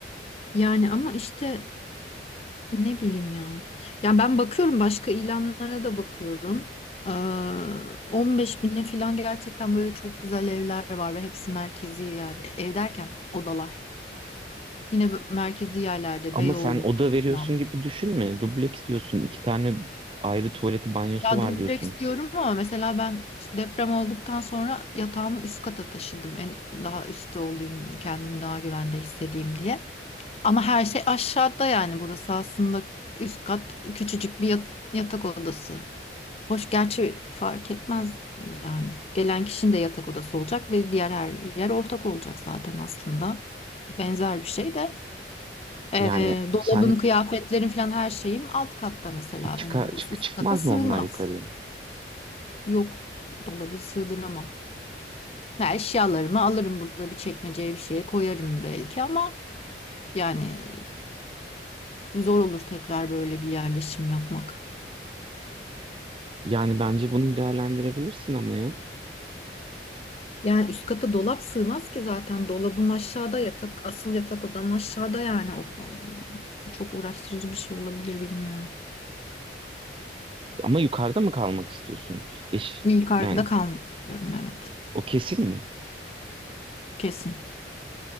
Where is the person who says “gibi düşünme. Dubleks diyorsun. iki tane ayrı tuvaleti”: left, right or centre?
Right